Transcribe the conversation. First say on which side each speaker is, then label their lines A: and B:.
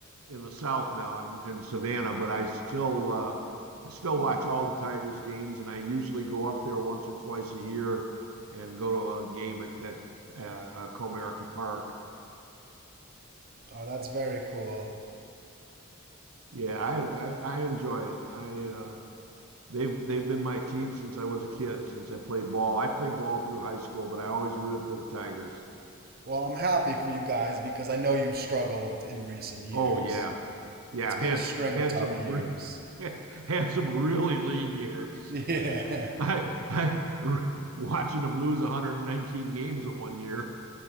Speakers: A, on the right; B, on the right.
A: in the South now. I'm in Savannah, but I still uh I still watch Hmm. all the Tigers games and I usually go up there once or twice a year and go to a game at, at uh, uh, Comerica Park.
B: oh, that's very cool.
A: Yeah, I, I I enjoy it. I uh they've they've been my team since I was a kid, since I played ball. I played ball through high school, but I always rooted for the Tigers.
B: Well, I'm happy for you guys because I know you've struggled in recent years.
A: Oh yeah. Yeah,
B: It's been
A: had
B: a string
A: had
B: of tough
A: some
B: years.
A: re <laughs> had some really lean years.
B: Yeah.
A: I
B: <laughs>
A: I <laughs> r- watching them lose 119 games at one year.